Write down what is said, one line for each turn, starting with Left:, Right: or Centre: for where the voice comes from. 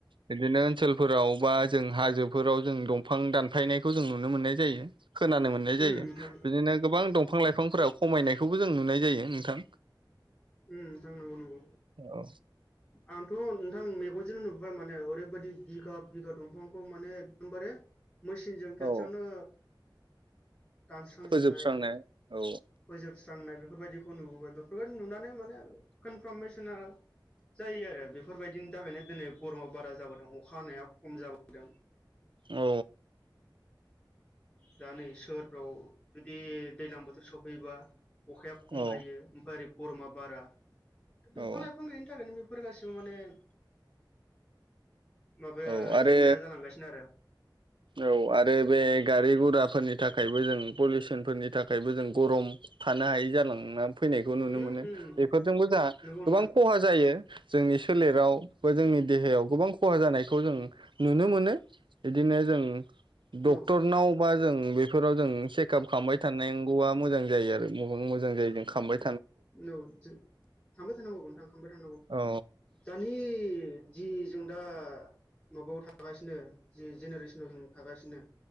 Right: बिदिनो ओनसोलफोराव बा जों हाजोफोराव जों दंफां दानफायनायखौ जों नुनो मोननाय जायो। खोनानो मोननाय
Left: उम
Right: जायो
Left: नोंथां उम
Right: बिदिनो गोबां दंफां लाइफांफोरा खमायनायखौबो जों नुनाय जायो नोंथां।
Left: उम नोंथां नंगौ नंगौ
Right: औ
Left: आंथ नोंथां मेगनजों नु बा माने ओरैबायदि बिघा बिघा दंफांखौ माने एकदमबारे मेसिनजों खेथसेयावनो
Right: औ
Left: दानस्रांजोबनाय
Right: फोजोबस्रांनाय औ
Left: फोजोबस्रांनाय बेफोरबायदिखौ नुबोबाय बेफोरबायदि नुनानै माने कनफरमेना जायो आरो बेफोरबायदिनि थाखायनो दिनै गरमा बारा जाबाय अखा हानाया खम जाबोदों
Right: औ
Left: दा नै सोहोरफ्राव जुदि दैज्लां बोथोर सफैयोबा अखाया खम
Right: औ
Left: हायो ओमफाय ओरै गरमा बारा
Right: औ
Left: बिफां लाइफां गैयिनि थाखायनो बे बेफोर गासिबो माने माबाया
Right: औ आरो
Left: जेंनाया जालांगासिनो आरो <unintelligible>
Right: औ आरो बे गारि गुराफोरनि थाखायबो जों पलिउसनफोरनि थाखायबो जों गरम थानो हायै जालांना फैनायखौ नुनो
Left: उम
Right: मोनो
Left: उम
Right: बेफोरजोंबो जोंहा
Left: नंगौ
Right: गोबां
Left: नोंथां
Right: खहा जायो जोंनि सोलेराव बा जोंनि देहायाव गोबां खहा जानायखौ जों नुनो मोनो इदिनो जों डक्टरनावबा
Left: औ
Right: जों बेफोराव जों चेकआप खालामबाय थांगौआ मोजां जायो आरो मा मोजां जायो जों खामबाय
Left: औ थांबाय थानांगौ नोंथां थांबाय थनांगौ
Right: औ
Left: दानि <unintelligible> जि जों दा माबायाव थागासिनो जि जेनेरेसनाव जों थागासिनो